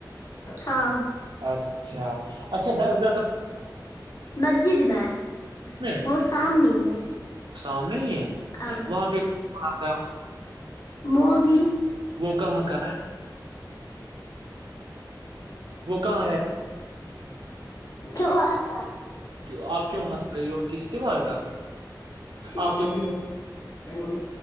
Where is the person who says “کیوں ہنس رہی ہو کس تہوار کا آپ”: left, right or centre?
Right